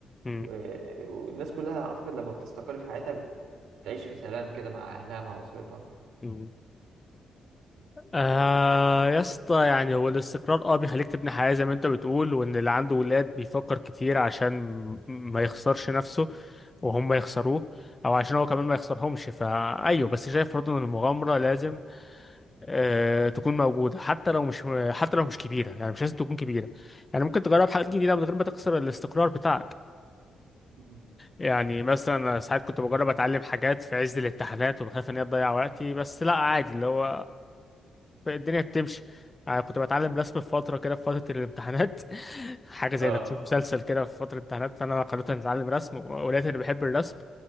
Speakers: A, on the left; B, on the right.
A: امم
B: و- والناس كلها أعتقد لما بتستقر في حياتها بتعيش في سلام كده مع أهلها مع أسرتها
A: امم آه يا اسطى يعني هو الاستقرار اه بيخليك تبني حياة زي ما انت بتقول وان اللي عنده ولاد بيفكر كتير عشان م- ما يخسرش نفسه وهم يخسروه او عشان هو كمان ما يخسرهمش فايوه بس شايف برضه ان المغامرة لازم آه، تكون موجودة حتى لو مش حتى لو مش كبيرة يعني مش لازم تكون كبيرة يعني ممكن تجرب حاجات جديدة من غير ما تكسر الاستقرار بتاعك
B: مم.
A: يعني مثلا أنا ساعات كنت بجرب اتعلم حاجات في عز الامتحانات وبخاف ان هي تضيع وقتي بس لا عادي اللي هو الدنيا بتمشي يعني كنت بتعلم رسم في فترة كده في فترة الامتحانات <laughs> حاجة زي
B: اه
A: انك تشوف مسلسل كده في فترة الامتحانات فانا قررت اني اتعلم رسم ولقيت اني بحب الرسم